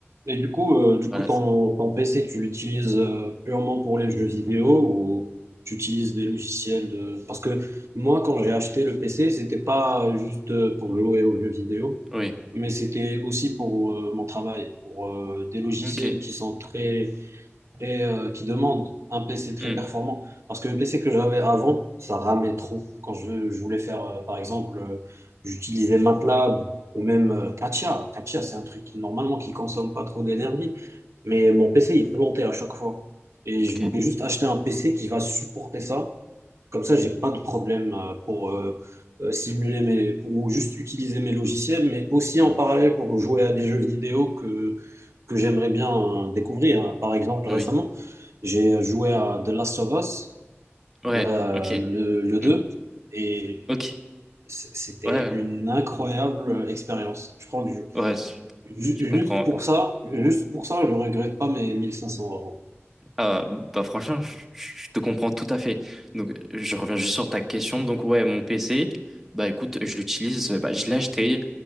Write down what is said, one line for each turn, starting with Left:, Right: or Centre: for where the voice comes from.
Right: Et du coup, euh, du
Centre: Voilà.
Right: coup, ton, ton PC, tu l'utilises euh, purement pour les jeux vidéo ou tu utilises des logiciels de... Parce que moi, quand j'ai acheté
Centre: Mm.
Right: le PC, c'était pas juste euh, pour jouer aux jeux vidéo,
Centre: Oui.
Right: mais c'était aussi pour euh, mon travail, pour euh, des logiciels
Centre: Ok.
Right: qui sont très et euh, qui demande un PC très
Centre: Hmm.
Right: performant. Parce que le PC que j'avais avant, ça ramait trop. Quand je, je voulais faire, euh, par exemple, euh, j'utilisais MATLAB ou même euh, Katia.
Centre: D'accord.
Right: Katia, c'est un truc qui, normalement, qui consomme pas trop d'énergie. Mais mon PC, il plantait à chaque fois. Et je
Centre: Ok.
Right: voulais juste acheter un PC qui va supporter ça. Comme ça, j'ai pas de problème euh, pour euh, euh, simuler mes, pour juste utiliser mes logiciels, mais aussi
Centre: Hmm.
Right: en parallèle pour jouer à des jeux vidéo que que j'aimerais bien euh, découvrir. hein. Par exemple,
Centre: Oui.
Right: récemment, j'ai joué à The Last of Us,
Centre: Ouais.
Right: la-
Centre: Ok.
Right: le, le 2,
Centre: Hmm.
Right: et
Centre: Ok.
Right: c- c'était
Centre: Ouais. Ouais.
Right: une incroyable euh, expérience. Je crois que je-
Centre: ouais, Je
Right: ju-
Centre: je comprends.
Right: juste pour ça, juste pour ça, je regrette pas mes 1500 euros.
Centre: Ah, bah franchement, je, je te comprends tout à fait. Donc, je reviens juste sur ta question. Donc, ouais, mon PC, bah écoute, je l'utilise. Bah, je l'ai acheté